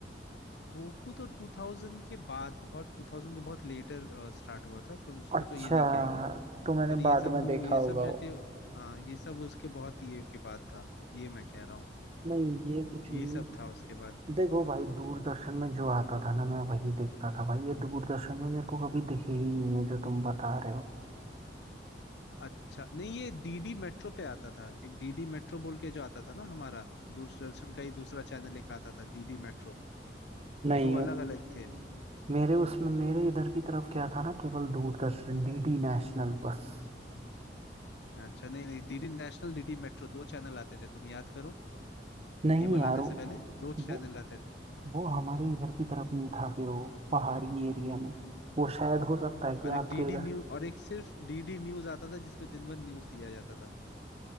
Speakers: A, on the left (about 75°); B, on the right (about 35°).
A: गोकू तो 2000 के बाद बहुत 2000 के बहुत लेटर स्टार्ट हुआ था तो उसको
B: अच्छा
A: तो ये नहीं कहेंगे
B: तो मैंने
A: पर ये
B: बाद
A: सब
B: में
A: मु-
B: देखा
A: ये
B: होगा
A: सब
B: वो
A: जो थे हाँ ये सब उसके बहुत ये के बाद था ये मैं कह रहा हूँ
B: नहीं ये कुछ
A: ये
B: नहीं
A: सब था उसके बाद
B: देखो भाई दूरदर्शन में जो आता था ना मैं वही देखता था भाई ये दूरदर्शन में मेरे को कभी दिखे ही नहीं है जो तुम बता रहे हो
A: अच्छा नहीं ये डीडी मेट्रो पे आता था एक डीडी मेट्रो बोल के जो आता था ना हमारा दूरदर्शन का ही दूसरा चैनल एक आता था डीडी मेट्रो
B: नहीं
A: दो
B: हो
A: अलग अलग थे
B: मेरे उसमें मेरे इधर की तरफ क्या था ना केवल दूरदर्शन डीडी नेशनल बस
A: अच्छा नहीं नहीं डीडी नेशनल डीडी मेट्रो दो चैनल आते थे तुम याद करो
B: नहीं
A: केबल
B: यार
A: आने
B: वो
A: से पहले दो चैनल
B: वो
A: आते थे
B: वो हमारे इधर की तरफ नहीं था फिर वो पहाड़ी एरिया में वो शायद हो सकता है कि
A: और एक
B: आपके
A: डीडी
B: इधर
A: न्यूज और एक सिर्फ डीडी न्यूज आता था जिसमें दिन भर न्यूज दिया जाता था